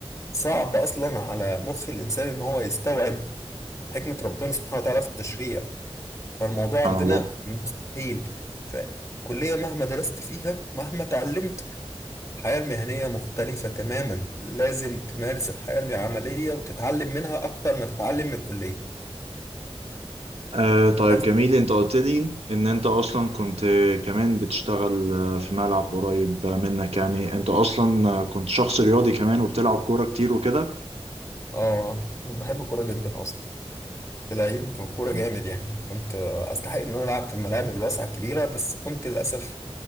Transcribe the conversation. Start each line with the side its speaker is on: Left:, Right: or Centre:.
Left: صعب أصلا على مخ الإنسان إن هو يستوعب حكمة ربنا سبحانه وتعالى في التشريع فالموضوع
Right: سبحان
Left: عندنا
Right: الله
Left: مستحيل فكلية مهما درست فيها مهما اتعلمت الحياة المهنية مختلفة تماما لازم تمارس الحياة العملية وتتعلم منها أكتر ما تتعلم من الكلية
Right: آه طيب
Left: ده الفرق
Right: جميل انت قلت لي ان انت اصلا كنت كمان بتشتغل آه، في ملعب قريب منك يعني انت اصلا آه، كنت شخص رياضي كمان وبتلعب كورة كتير وكده
Left: آه أنا بحب الكورة جدا أصلا كنت لعيب كورة
Right: جميل
Left: جامد يعني كنت آه، أستحق إن أنا ألعب في الملاعب الواسعة الكبيرة بس كنت للأسف